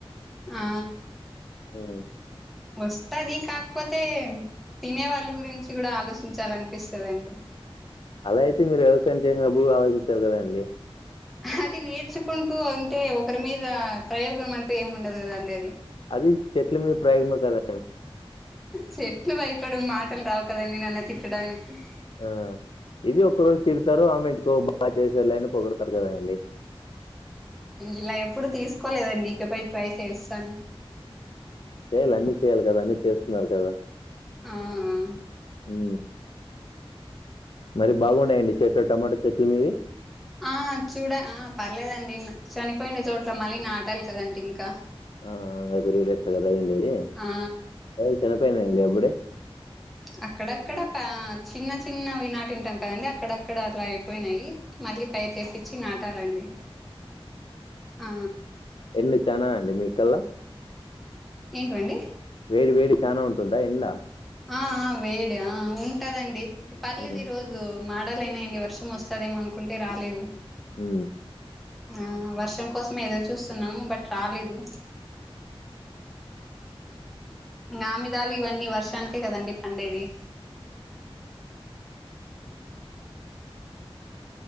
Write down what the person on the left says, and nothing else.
ఉమ్
అలా అయితే మీరు వ్యవసాయం చేసినప్పుడు కూడా ఆలోచించాలారు కదా అండి
అది చెట్ల మీద ప్రయోగామే కదా
ఆ ఇది ఒక్క రోజు తిడతారో ఆమె ఇంటికో బాగా చేసే లె అని పొగడతారు కదా అండి
చేయ్యాలి అన్ని చేయ్యాలి కదా అన్ని చేస్తున్నారు కదా
హు మరి బాగున్నాయండి మిచెనులొ టమాటా చెట్లు మీవి
ఆ ఇంక త్రీ డేస్ కదా అయిడి అది
అ చనిపోయినాయండి అప్పుడే
ఎండు చనా అండి మీకల్లా
వేడి వేడి చానా ఉంటుందా ఎండ
హ్మ్.
హ